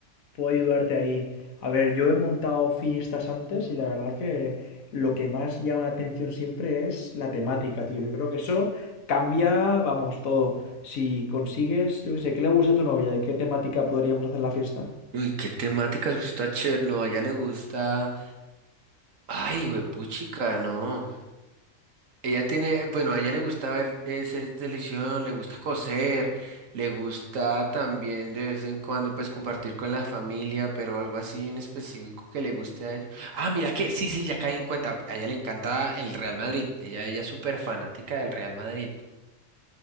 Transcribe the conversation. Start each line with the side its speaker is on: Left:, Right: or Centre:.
Left: puedo ayudarte ahí. A ver, yo he montado fiestas antes y la verdad que lo que más llama la atención siempre es la temática, tío. Yo creo que eso cambia, vamos, todo. Si consigues, yo qué sé, ¿qué le gusta a tu novia? ¿De qué temática podríamos hacer la fiesta?
Right: Uy, qué temáticas, está chévere, no, a ella le gusta. Ay, puchica, no. Ella tiene, bueno, a ella le gusta ver eh, series de televisión, le gusta coser, le gusta también de vez en cuando pues compartir con la familia, pero algo así en específico que le guste a ellos. Ah, mira que, sí, sí, ya caí en cuenta, a ella le encanta el Real Madrid, ella, ella es súper fanática del Real Madrid.